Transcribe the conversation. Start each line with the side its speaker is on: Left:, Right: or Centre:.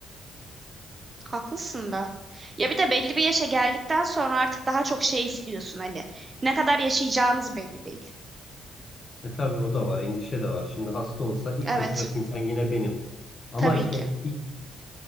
Right: haklısın da. Ya bir de belli bir yaşa geldikten sonra artık daha çok şey istiyorsun hani. Ne kadar yaşayacağınız belli değil.
Left: E tabii o da var, endişe de var. Şimdi hasta olsa ilk
Right: Evet
Left: koşacak insan yine benim. Ama
Right: tabii
Left: işte
Right: ki.
Left: ilk